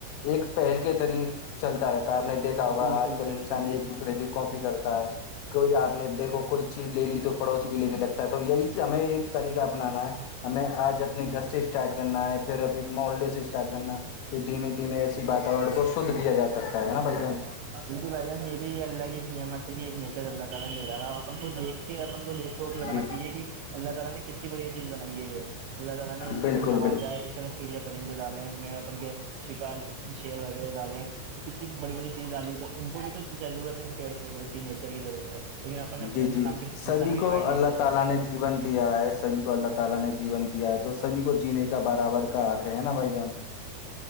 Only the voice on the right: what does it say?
بالکل
بالکل
بالکل
بالکل
بالکل
بھائی
بھائی جان یہ بھی اللہ کی نعمت نیچر تک اللہ تعالی اندھیرا تھا اپن کو دیکھ کے اپن کو د سوک لگانا
چاہیے کہ اللہ تعالی نے کتنی بڑھیا چیز بنائی ہے یہ اللہ تعالی نے اس
کو نوازائے
اس طرح چڑیا پرندے ڈالے ہیں میں اپن کے شکار شر وغیرہ ڈالے ہیں کتنی بڑی بڑی چیزیں ڈالی تو ان کو بھی تو ضرورت ہے پیڑ پودوں کی نیچر کی ضرورت ہے لیکن اپن اپنے
انسان
کے
انسان کے
فائدے
کی وجہ سے